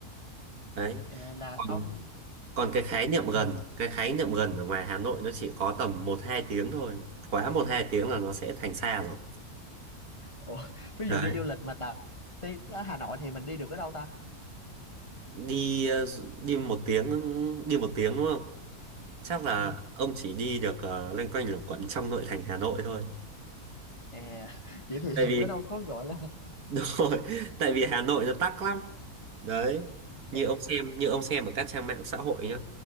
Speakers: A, on the right (about 75°); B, on the left (about 20°).
A: đấy
B: À, là
A: còn
B: ông
A: còn cái khái niệm gần
B: mình...
A: cái khái niệm gần ở ngoài Hà Nội nó chỉ có tầm một 2 tiếng thôi quá một 2 tiếng là nó sẽ thành xa rồi
B: Ủa, <laughs> ví
A: đấy
B: dụ đi du lịch mà tám tiếng ở Hà Nội thì mình đi được ở đâu ta?
A: đi ờ, đi một tiếng đi một tiếng đúng không chắc là
B: Ừ.
A: ông chỉ đi được uh, loanh quanh luẩn quẩn trong nội thành Hà Nội thôi
B: À, <laughs> vậy thì
A: tại vì
B: nó đâu có gọi là...
A: <laughs> đúng rồi tại vì Hà Nội nó tắc lắm đấy như
B: À,
A: ông xem như ông xem ở các trang mạng xã hội nhá